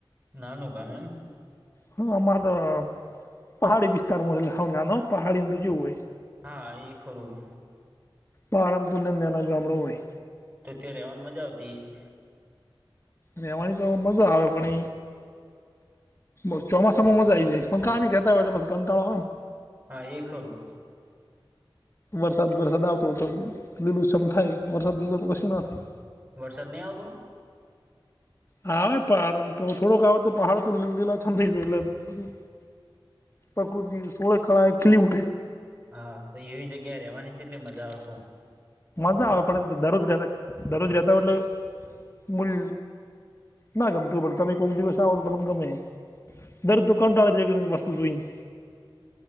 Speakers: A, on the right (about 25°); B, on the left (about 30°).
A: નાનુગા મેમ
B: હ અમારે તો પહાડી વિસ્તારમાં હાવના ન પહાડીમ તો જોવું હોય
A: હા એ ખરું
B: પારમ તુને દેના ગામડ હોય
A: તો ત્યાં રહેવાની મજા આવતી છે.
B: રહેવાની તો મજા આવે પણ એ ચોમાસામાં મજા આવી જાય પણ કામ બી કેતા વટ બસ કંટાળો
A: હા એ ખરું
B: વરસાદ વરસાદ આવતો તો બધું લીલું કમ થાય વરસાદ વરસ તો કશું ના થાય
A: વરસાદ નહી આવતો
B: હા પહાડમ તો થોડોક આવે તો પહાડ તો લી લીલા છ થ એટલે બધું પ્રકૃતિ સોળ કળ ખીલી ઉઠે
A: હા તો એવી જગ્યા રવાની કેટલી મજા આવ
B: મજા આવે પણ દરરોજ રહેતા દરરોજ રહેતા વલો મૂલ ના ગમતી ખબર તમે કોઈક દિવસ આવો તો તમને ગમે દર દુકાનટાળ જે બી હોય વસ્તુ જોઈને